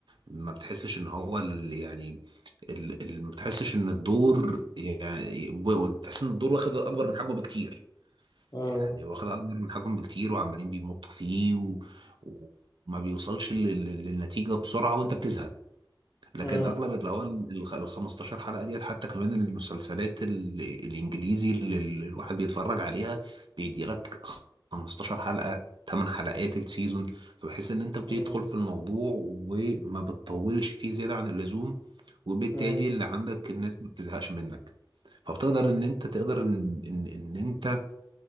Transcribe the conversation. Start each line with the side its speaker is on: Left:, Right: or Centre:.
Right: ما بتحسش ان هو ال- يعني ال- ال- ما بتحسش ان الدور يعني ب- بتحس ان الدور واخد اكبر من حجمه بكتير
Left: مم.
Right: يعني واخد اكبر من حجمه بكتير وعمالين بيمطوا فيه و... وما بيوصلش لل- لل- للنتيجه بسرعه وانت بتزهق لكن
Left: مم.
Right: اغلب اللي هو ال ال 15 حلقه ديت حتى كمان المسلسلات ال- الانجليزي اللي ال- الواحد بيتفرج عليها بيدي لك 15 حلقه 8 حلقات السيزون فبحيث ان انت بتدخل
Left: مم.
Right: في الموضوع وما بتطولش فيه زياده عن اللزوم وبالتالي
Left: مم.
Right: اللي عندك الناس ما بتزهقش منك فبتقدر
Left: مم.
Right: ان انت تقدر ان ان, إن انت